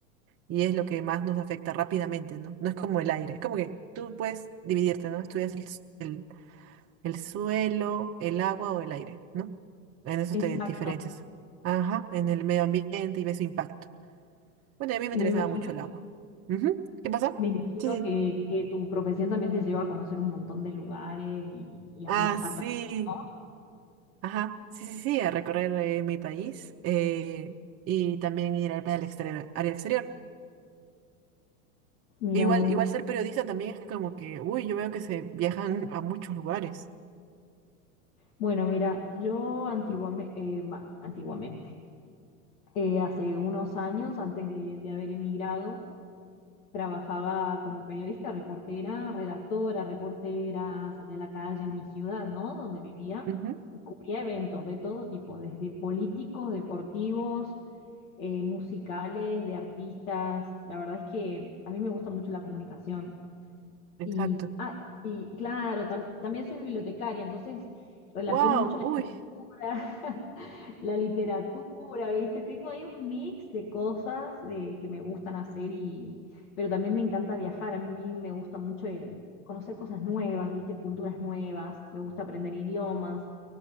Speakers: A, on the right (about 35°); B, on the left (about 75°).
A: y es lo que más nos afecta rápidamente, ¿no? No es como el aire, es como que tú puedes dividirte, ¿no? Estudias el, s- el, el suelo, el agua o el aire, ¿no? En eso
B: Exacto.
A: te diferencias. Ajá, en el medio ambiente y ves su impacto. Bueno, y a mí me
B: Y
A: interesaba
B: me imagino,
A: mucho el agua. Ujú. ¿Qué pasó?
B: me imagino
A: Sí.
B: que,
A: sí.
B: que tu profesión también te lleva a conocer un montón de lugares y, y a
A: Ah,
B: viajar
A: sí.
B: también, ¿no?
A: Ajá. Sí, sí, sí, a recorrer eh, mi país eh, y también ir al, al exterior, al exterior.
B: Mira
A: Igual,
B: vos.
A: igual ser periodista también es como que, uy, yo veo que se viajan a muchos lugares.
B: Bueno, mira, yo antiguamente, antiguamente, eh, hace unos años, antes de, de haber emigrado, trabajaba como periodista, reportera, redactora, reportera, salía a la calle en mi ciudad, ¿no? Donde vivía
A: Ujú,
B: y cubría eventos de todo tipo, desde políticos, deportivos, eh, musicales, de artistas. La verdad es que a mí me gusta mucho la comunicación.
A: Exacto.
B: Y, ah, y claro, tam- también soy bibliotecaria, entonces relaciono
A: Wow,
B: mucho la
A: uy.
B: escritura, <laughs> la literatura, ¿viste? Tengo ahí un mix de cosas de, que me gustan hacer, y, pero también me encanta viajar, a mí me gusta mucho eh, conocer cosas nuevas, ¿viste? Culturas nuevas, me gusta aprender idiomas.